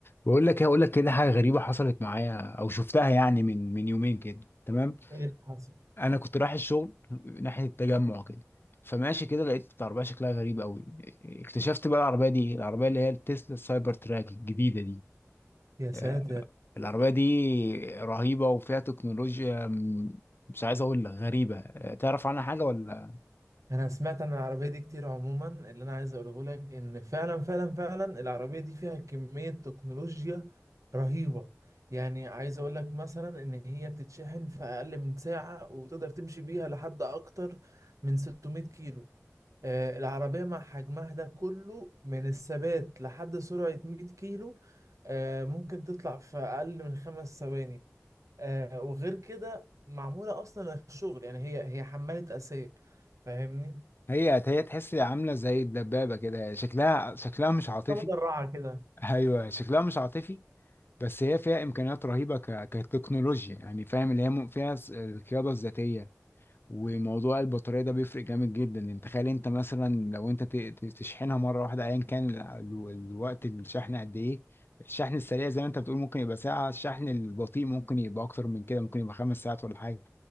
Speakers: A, on the left; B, on the right.
A: بقول لك ايه هقول لك كده حاجه غريبه حصلت معايا او شفتها يعني من من يومين كده تمام
B: ايه اللي حصل
A: انا كنت رايح الشغل ناحيه التجمع كده فماشي كده لقيت عربيه شكلها غريب قوي اكتشفت بقى العربيه دي العربيه اللي هي التسلا السايبر تراك الجديده دي
B: يا ساتر
A: آه، العربيه دي رهيبه وفيها تكنولوجيا م- مش عايز اقول لك غريبه آه، تعرف عنها حاجه ولا
B: انا سمعت عن العربيه دي كتير عموما اللي انا عايز اقوله لك ان فعلا فعلا فعلا العربيه دي فيها كميه تكنولوجيا رهيبه يعني عايز اقول لك مثلا ان هي بتتشحن في اقل من ساعه وتقدر تمشي بيها لحد اكتر من 600 كيلو آه، العربية مع حجمها ده كله من الثبات لحد سرعة 100 كيلو آه، ممكن تطلع في أقل من خمس ثواني آه، وغير كده معمولة أصلا للشغل يعني هي هي حمالة أساسية فاهمني؟
A: هي هي تحس عامله زي الدبابه كده شكلها شكلها مش عاطفي
B: فمدرعة كده
A: ايوه شكلها مش عاطفي بس هي فيها امكانيات رهيبه ك... كتكنولوجيا يعني فاهم اللي هي م- فيها س- القياده الذاتيه وموضوع البطاريه ده بيفرق جامد جدا انت تخيل انت مثلا لو انت ت... ت- تشحنها مره واحده ايا كان ال... ال- الوقت الشحن قد ايه الشحن السريع زي ما انت بتقول ممكن يبقى ساعه الشحن البطيء ممكن يبقى اكتر من كده ممكن يبقى خمس ساعات ولا حاجه